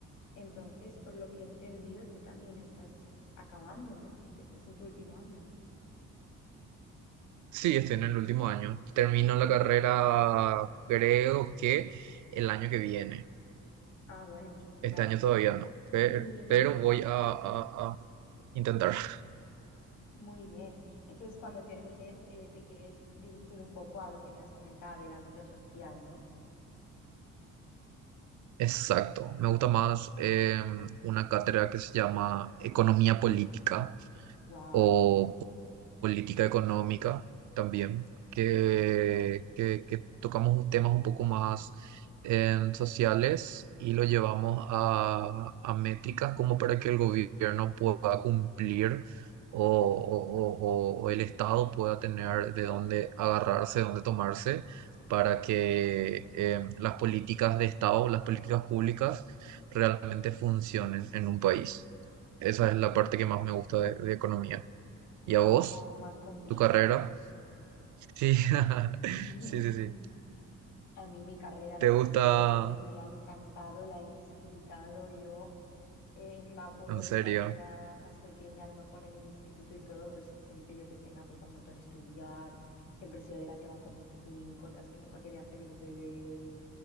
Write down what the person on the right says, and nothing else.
Sí, estoy en el último año. Termino
la carrera, creo que el año que viene.
Este
año todavía no, pe-
pero, voy a, a- a intentar. <laughs>
Exacto. Me gusta más eh, una cátedra que se llama Economía Política
o política económica también, que, que- que tocamos un- temas un poco más em, sociales y lo llevamos a, a métricas como para que el gobierno pueda cumplir o, o- o- o el Estado pueda tener de dónde agarrarse, de dónde tomarse, para que em, las políticas de Estado, las políticas públicas realmente funcionen en un país. Esa es la parte
que más me gusta de de economía. ¿Y
a vos?
¿Tu carrera?
Sí, <laughs>
sí, sí, sí.
¿Te
gusta?
En
serio,